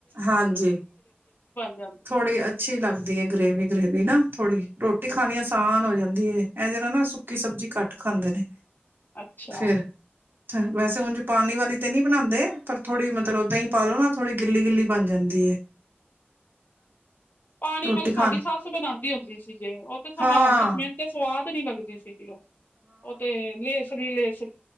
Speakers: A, on the right; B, on the left.
A: ਹਾਂਜੀ,
B: ਜਾਂਦੀ
A: ਥੋੜੀ
B: ਹੈ
A: ਅੱਛੀ ਲੱਗਦੀ ਹੈ ਗਰੇਵੀ ਗਰੇੇਵੀ ਨਾ ਥੋੜੀ ਤੇ ਖਾਣੀ ਆਸਾਨ ਹੋ ਜਾਂਦੀ ਦੀਏ ਐ ਜਰਾ ਨਾ ਸੁੱਕੀ ਸਬਜ਼ੀ ਘੱਟ ਖਾਂਦੇ ਨੇ
B: ਅੱਛਾ
A: ਫਿਰ ਵੈਸੇ ਉੁਝ ਪਾਣੀ ਵਾਲੀ ਤੇ ਨੀ ਬਣਾਉਂਦੇ ਪਰ ਥੋੜੀ ਮਤਲਬ ਦਹੀ ਪਲੋ ਨਾ ਥੋੜੀ ਗਿੱਲੀ ਗਿੱਲੀ ਬਣ ਜਾਂਦੀ ਏ
B: ਪਾਣੀ
A: ਰੋਟੀ
B: ਵਾਲੀ ਸਾਡੀ
A: ਖਾਣ
B: ਸੱਸ ਬਣਾਉਂਦੀ ਹੁੰਦੀ ਸੀ। ਜੇ ਉਹ ਤੇ ਸਮੇ
A: ਹਾਂ
B: ਆਂ ਤੇ ਸਮੇ ਤੇ ਸਵਾਦ ਨੀ ਲੱਗਦੀ ਸੀਗੀ ਉਹ ਉਹ ਤੇ <unintelligible> ਸਰੀਰ